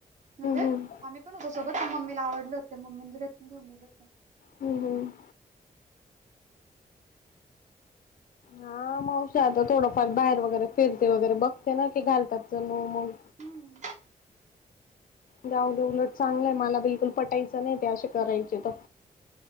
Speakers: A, on the right (about 50°); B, on the left (about 65°).
A: म्हणजे
B: हम्म
A: आ सोबत मम्मीला आवडले होते मम्मींचे <inaudible> प्रयनेऊन दिले होते.
B: हम् हम्. हा <inaudible> मावश आता थोडंफार बाहेर वगैरे फिरते वगैरे बघते ना की घालतात जणू मग.
A: हम्म
B: जाऊ दे उलट चांगलंय मला बिलकुल पटायचं नाही ते असे करायचे तर.